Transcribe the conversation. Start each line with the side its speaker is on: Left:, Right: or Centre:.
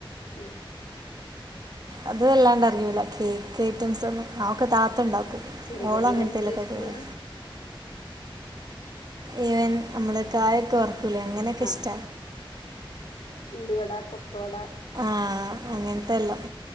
Left: മ്മ്
Right: അത് വല്ലാണ്ട് അറിയൂല കേക്ക് ഐറ്റംസൊന്നും അ <unintelligible> താത്തണ്ടാക്കും
Left: ചെറുകടികൾന്ന്
Right: ഓള അങ്ങനത്തെലൊക്കെ
Left: ഉദ്ദേശിക്ക്ണത്
Right: ചെയ്യല് ഈവൻ നമ്മള് കായൊക്കെ വറു <unintelligible> അങ്ങനെയക്കെ
Left: ആഹ്
Right: ഇഷ്ട
Left: ഉള്ളിവട കൊക്കവട
Right: ആ അങ്ങനത്തെല്ലാം